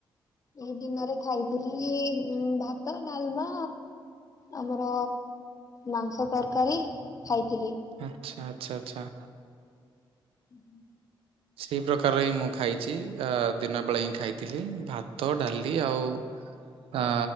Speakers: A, on the left; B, on the right.
A: ଏଇ ଦିନରେ ଖାଇଥିଲି ଭାତ, ଡାଲମା ଆମର ମାଂସ ତରକାରୀ ଖାଇଥିଲି।
B: ଆଚ୍ଛା, ଆଛା, ଆଚ୍ଛା।
A: ହୁଁ।
B: ସେଇ ପ୍ରକାର ହିଁ ମୁଁ ଖାଇଛି, ଅ ଦିନ ବେଳେ ହିଁ ଖାଇଥିଲି ଭା ତ ଡାଲି ଆଉ ଅ